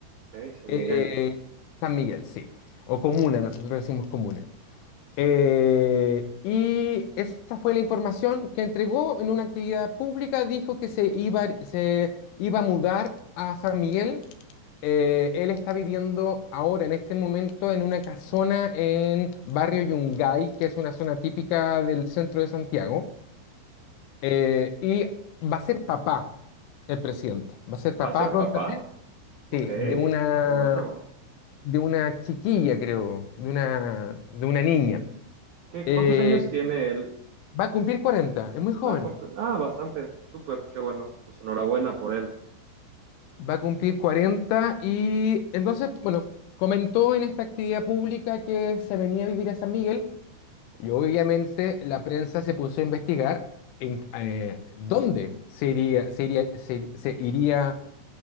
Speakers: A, on the right; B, on the left.
A: ok, San
B: Eh,
A: Miguel.
B: San Miguel, sí, o comuna, nosotros decimos comuna. Eh,
A: Ok.
B: y esa fue la información que entregó en una actividad pública. Dijo que se iba, se iba a mudar a San Miguel. Eh, él está viviendo ahora, en este momento, en una casona en Barrio Yungay, que es una zona típica del centro de Santiago. Eh, y va a ser papá el presidente. Va a ser papá
A: ¿Va a ser
B: prontamente
A: papá? Ok,
B: de
A: qué
B: una,
A: bueno.
B: de una chiquilla, creo, de una, de una niña.
A: ¿Qué,
B: Eh,
A: cuántos años tiene él?
B: Va a cumplir 40, es muy joven.
A: Va a comple- ah, bastante, súper, qué bueno. Pues enhorabuena por él.
B: Va a cumplir 40 y entonces, bueno, comentó en esta actividad pública que se venía a vivir a San Miguel y obviamente la prensa se puso a investigar en eh, dónde se iría, se iría, se, se iría